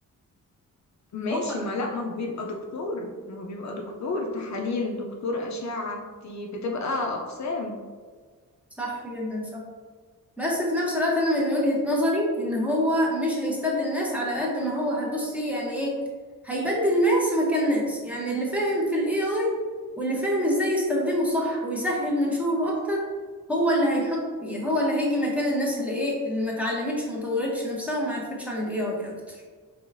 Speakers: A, on the left; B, in the centre.
A: ماشي
B: هو
A: ما لا ما هو بيبقى دكتور ما هو بيبقى دكتور تحاليل دكتور أشعة دي بتبقى أقسام
B: صح جدا صح بس في نفس الوقت انا من وجهة نظري ان هو مش هيستبدل ناس على قد ما هو هيبصي يعني ايه هيبدل ناس مكان ناس يعني اللي فاهم في الاي اي واللي فاهم ازاي يستخدمه صح ويسهل من شغله اكتر هو اللي هيحط يعني هو اللي هيجي مكان الناس اللي ايه اللي ما اتعلمتش وما طورتش نفسها وما عرفتش عن الاي اي اكتر